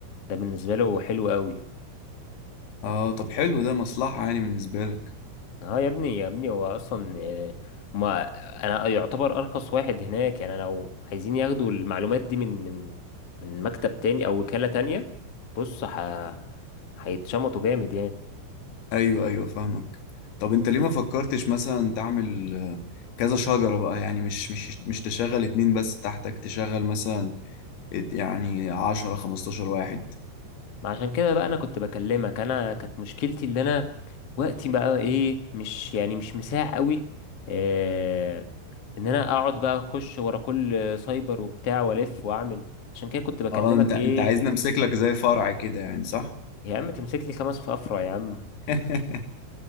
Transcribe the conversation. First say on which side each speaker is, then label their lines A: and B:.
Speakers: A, on the left; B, on the left.
A: ده بالنسبة له حلو قوي
B: آه طب حلو ده مصلحة يعني بالنسبة لك
A: اه يا ابني يا ابني هو اصلا آه، ما انا يعتبر ارخص واحد هناك يعني لو عايزين ياخدوا المعلومات دي من من من مكتب تاني او وكالة تانية بص ه... هيتشمطوا جامد يعني
B: أيوه أيوه فاهمك طب أنت ليه ما فكرتش مثلا تعمل آه، كذا شجرة بقى يعني مش مش مش تشغل اتنين بس تحتك تشغل مثلا ات- يعني عشرة خمستاشر واحد
A: ما عشان كده بقى انا كنت بكلمك انا كانت مشكلتي اللي انا وقتي بقى ايه مش يعني مش مساع قوي إيه ان انا اقعد بقى اخش ورا كل سايبر وبتاع والف واعمل عشان كده كنت بكلمك
B: اه انت انت
A: ايه
B: عايز نمسك لك زي فرع كده يعني صح؟
A: يا عم تمسك لي خمس في افرع يا عم
B: <laughs>